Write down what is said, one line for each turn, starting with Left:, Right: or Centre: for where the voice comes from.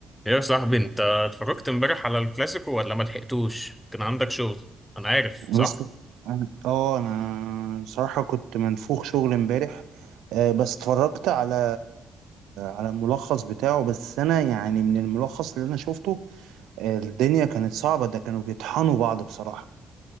Centre: يا صاحبي انت اتفرجت امبارح على الكلاسيكو ولا ما لحقتوش كان عندك شغل انا عارف
Right: بص
Centre: صح
Right: انا اه انا بصراحة كنت منفوخ شغل امبارح آه، بس اتفرجت على على الملخص بتاعه بس انا يعني من الملخص اللي انا شفته آه، الدنيا كانت صعبة ده كانوا بيطحنوا بعض بصراحة